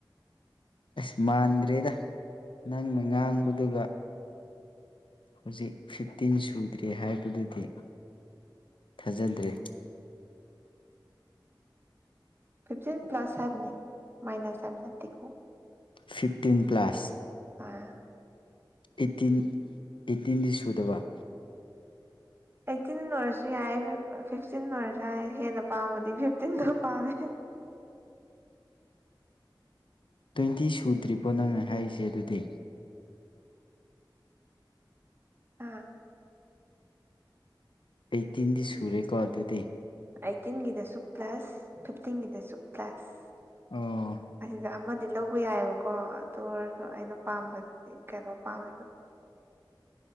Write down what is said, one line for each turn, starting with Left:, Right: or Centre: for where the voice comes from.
Left: ꯑꯁ ꯃꯥꯟꯗ꯭ꯔꯦꯗ ꯅꯪꯅ ꯉꯥꯡꯕꯗꯨꯒ ꯍꯨꯖꯤꯛ ꯐꯤꯞꯇꯤꯟ ꯁꯨꯗ꯭ꯔꯤ ꯍꯥꯏꯕꯗꯨꯗꯤ ꯊꯥꯖꯗ꯭ꯔꯦ
Right: ꯐꯤꯞꯇꯤꯟ ꯄ꯭ꯂꯁ ꯍꯥꯏꯕꯅꯤ ꯃꯥꯏꯅꯁ ꯍꯥꯏꯕ ꯅꯠꯇꯦꯀꯣ
Left: ꯐꯤꯞꯇꯤꯟ ꯄ꯭ꯂꯁ
Right: ꯑꯥ
Left: ꯑꯩꯠꯇꯤꯟ ꯑꯩꯠꯇꯤꯟꯗꯤ ꯁꯨꯗꯕ
Right: ꯑꯩꯠꯇꯤꯟ ꯑꯣꯏꯔꯁꯨ ꯌꯥꯏ ꯐꯤꯐꯇꯤꯟ ꯑꯣꯏꯔꯁꯨ ꯌꯥꯏ ꯍꯦꯟꯅ ꯄꯥꯝꯕꯗꯤ ꯐꯤꯞꯇꯤꯟꯗꯣ ꯄꯥꯝꯃꯦ
Left: ꯇ꯭ꯋꯦꯟꯇꯤ ꯁꯨꯗ꯭ꯔꯤꯕꯣ ꯅꯪ ꯍꯥꯏꯁꯦ ꯑꯗꯨꯗꯤ
Right: ꯑꯥ
Left: ꯑꯩꯠꯇꯤꯟꯗꯤ ꯁꯨꯔꯦꯀꯣ ꯑꯗꯨꯗꯤ
Right: ꯑꯩꯠꯇꯤꯟꯒꯤꯗꯁꯨ ꯄ꯭ꯂꯁ ꯐꯤꯐꯇꯤꯟꯒꯤꯗꯁꯨ ꯄ꯭ꯂꯁ
Left: ꯑꯣ
Right: ꯑꯁꯤꯗ ꯑꯃꯗꯤ ꯂꯧꯕ ꯌꯥꯏꯑꯦꯕꯀꯣ ꯑꯗꯨ ꯑꯣꯏꯔꯁꯨ ꯑꯩꯅ ꯄꯥꯝꯕꯗꯤ ꯀꯩꯅꯣ ꯄꯥꯝꯃꯦꯕ